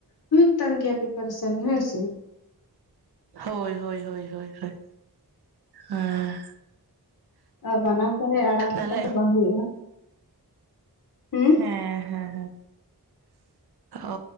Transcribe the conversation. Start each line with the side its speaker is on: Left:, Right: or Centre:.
Left: ᱦᱩᱭᱩᱜ ᱛᱟᱱ ᱜᱮᱭᱟ ᱯᱤᱯᱟᱨᱮᱥᱮᱱ ᱦᱮᱸ ᱥᱮ᱾
Right: ᱦᱳᱭ ᱦᱳᱭ ᱦᱳᱭ ᱦᱳᱭ ᱦᱳᱭ, ᱦᱮᱸ᱾
Left: ᱟᱨ ᱵᱟᱱᱟᱨ ᱠᱚᱨᱮ ᱟᱲᱟᱜ ᱞᱮᱠᱷᱟᱡ
Right: ᱛᱟᱦᱞᱮ
Left: ᱫᱚ ᱵᱟᱝ ᱦᱩᱭᱩᱜᱼᱟ᱾ ᱦᱩᱸ,
Right: ᱦᱮᱸ ᱦᱮᱸ ᱦᱮᱸ᱾ ᱚᱻ